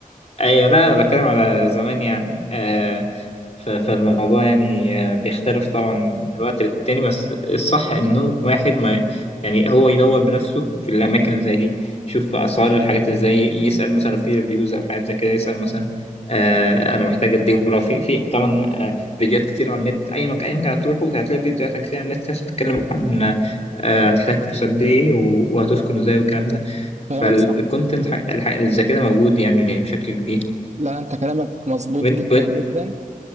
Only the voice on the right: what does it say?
كلامك
صح
لا انت كلامك مظبوط
جدا
جدا